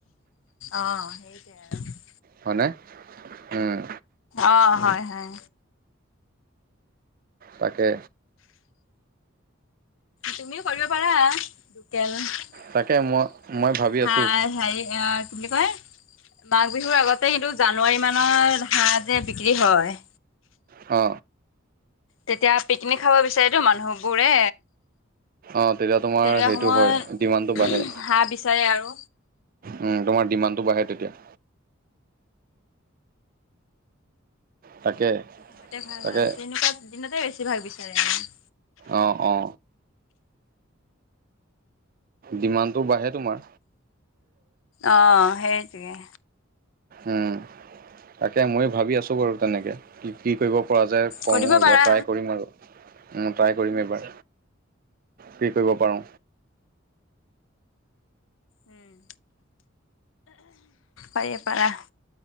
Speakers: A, on the left; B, on the right.
A: অ'সেইটোৱে আৰু।
B: হয়নে উম।
A: অ হয় হয়।
B: তাকে
A: তুমিও কৰিব পাৰা লোকেল। উম
B: তাকে মই মই ভাবি
A: হাঁহ
B: আছোঁ
A: হেৰি আ কি বুলি কয়, মাঘ বিহুৰ আগতে কিন্তু জানুৱাৰী মানৰ হাঁহ যে বিক্ৰী হয়।
B: অ।
A: তেতিয়া পিকনিক খাব বিচাৰেতো মানুহবোৰে।
B: অ' তেতিয়া তোমাৰ
A: তেনেকুৱা
B: সেইটো
A: সময়ত
B: হয় ডিমাটো বাঢ়ে।
A: হাঁহ বিচাৰে আৰু
B: উম তোমাৰ ডিমাণ্ডটো বাঢ়ে তেতিয়া। তাকে
A: মতে ভাল
B: তাকে
A: আৰু তেনেকুৱা দিনতে বেছি ভাগ বিচাৰে মানুহে।
B: অ, অ'। ডিমাণ্ডটো বাঢ়ে তোমাৰ।
A: অ', সেইটোৱে।
B: উম, তাকে ময়ো ভাবি আছো বাৰু তেনেকে। কি কি কৰিব পৰা যায় কৰোঁ
A: কৰিব
B: এইবাৰ
A: পাৰা
B: ট্ৰাই কৰিম আৰু। উম ট্ৰাই কৰিম এইবাৰ কি কৰিব পাৰোঁ।
A: উম পাৰি পাৰা।